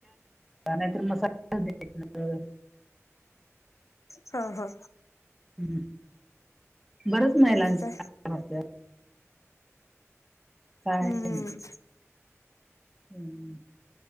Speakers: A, in the centre; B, on the left (about 80°).
A: नाहीतर मसाला द्यायच.
B: ह <inaudible> हा हा
A: हं बरच महिलांच्या
B: आणि काय
A: समस्या <inaudible> काय
B: हम्म
A: नाही. हमं